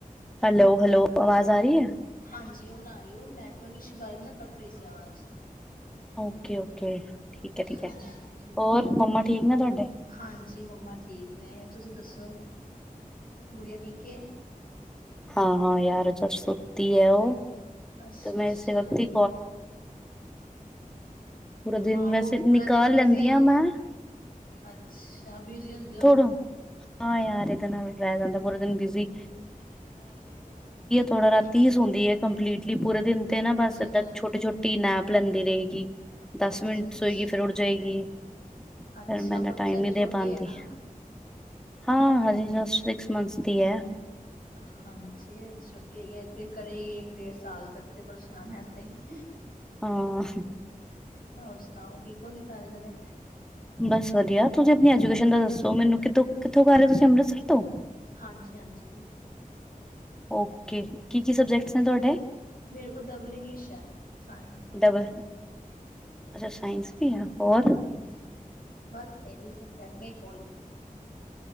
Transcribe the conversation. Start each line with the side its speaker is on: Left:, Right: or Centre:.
Centre: ਹੈਲੋ-ਹੈਲੋ, ਆਵਾਜ਼ ਆ ਰਹੀ ਐ?
Left: ਹਾਂਜੀ, ਹੁਣ ਆ ਰਹੀ, ਉ ਨੈਟਵਰਕ ਇਸ਼ੂ ਕਰਕੇ ਨਾ ਕੱਟ ਰਹੀ ਸੀ ਆਵਾਜ਼।
Centre: ਓਕੇ ਓਕੇ ਠੀਕ ਹੈ ਠੀਕ
Left: ਹਾਂਜੀ,
Centre: ਹੈ ਹੋਰ ਮੰਮਾ
Left: ਹਾਂਜੀ।
Centre: ਠੀਕ ਨੇ ਤੁਹਾਡੇ
Left: ਹਾਂਜੀ, ਮੰਮਾ ਠੀਕ ਨੇ। ਤੁਸੀਂ ਦੱਸੋ, ਗੁੜੀਆਂ ਠੀਕ ਏ?
Centre: ਹਾਂ-ਹਾਂ, ਯਾਰ ਜਬ ਸੋਤੀ ਐ ਓ,
Left: ਅੱਛਾ
Centre: ਤੇ ਮੈਂ
Left: ਅੱਛਾ
Centre: ਇਸੇ ਵਕਤੀ ਪੂਰਾ ਦਿਨ
Left: ਹਾਂ, ਓ
Centre: ਵੈਸੇ ਨਿਕਾਲ
Left: ਪੂਰਾ ਦਿਨ ਬਿਜੀ
Centre: ਲੈਂਦੀ ਹਾਂ ਮੈਂ
Left: ਅੱਛਾ, ਬਿਜੀ ਹੁੰਦ
Centre: ਥੋੜੋ, ਹਾਂ ਯਾਰ ਐਦੇ ਨਾਲ ਰੈ ਜਾਂਦਾ ਪੂਰਾ ਦਿਨ ਬਿਜੀ।
Left: ਹਾਂਜੀ।
Centre: ਥੋੜਾ ਰਾਤੀ ਹੀ ਸੌਂਦੀ ਹੈ ਕੰਪਲੀਟਲੀ ਪੂਰੇ ਦਿਨ ਤੇ ਨਾ ਬਸ
Left: ਅੱਛਾ-ਅੱਛਾ।
Centre: ਏਦਾਂ ਛੋਟੀ ਛੋਟੀ ਨੈਪ ਲੈਂਦੀ ਰਹੇਗੀ ਦਸ
Left: ਅੱਛਾ-ਅੱਛਾ।
Centre: ਮਿੰਟ ਸੋਏਗੀ ਫਿਰ ਉੱਠ ਜਾਏਗੀ
Left: ਅੱਛਾ,
Centre: ਫਿਰ ਮੈਂ ਇੰਨਾ
Left: ਬੱਚਾ
Centre: ਟਾਈਮ
Left: ਹਜੇ
Centre: ਨਹੀਂ ਦੇ
Left: ਛੋਟੀ
Centre: ਪਾਉਂਦੀ
Left: ਏ ਨਾ।
Centre: ਹਾਂ, ਹਜੇ ਜਸਟ ਸਿਕਸ ਮੰਥਸ ਦੀ ਐ।
Left: ਐ। ਹਾਂਜੀ, ਹਜੇ ਛੋਟੀ ਹੈਗੀ ਏ, ਹਜੇ ਤੇ ਕਰੇ ਗੀ ਇੱਕ-ਡੇਢ ਸਾਲ ਤੱਕ ਤੇ ਪਰੇਸ਼ਾਨ ਐਦਾ ਹੀ।
Centre: ਹਾਂ।
Left: ਹੋਰ, ਸੁਣਾਓ ਠੀਕ ਹੋ। ਤੁਸੀ ਸਾਰੇ ਜਣੇ?
Centre: ਬਸ ਵਧੀਆ ਤੁਸੀਂ ਆਪਣੀ ਐਜੂਕੇਸ਼ਨ ਦਾ ਦੱਸੋ ਮੈਨੂੰ ਕਿੱਦੋਂ ਕਿੱਥੋਂ ਕਰ ਰਹੇ। ਤੁਸੀਂ ਅੰਮ੍ਰਿਤਸਰ ਤੋਂ
Left: ਹਾਂਜੀ, ਹਾਂਜੀ।
Centre: ਓਕੇ ਕੀ ਕੀ ਸਬਜੈਕਟਸ ਨੇ ਤੁਹਾਡੇ
Left: ਮੇਰੇ ਕੋਲ ਡਬਲ ਇੰਗਲਸ਼ ਹੈ। ਸਾਇੰਸ ਹੈ।
Centre: ਡਬਲ ਅੱਛਾ, ਸਾਇੰਸ ਵੀ ਆ ਹੋਰ
Left: ਹਾਂਜੀ, ਬਸ ਇਨੇ ਸਬਜੈਕਟ ਨੇ <inaudible>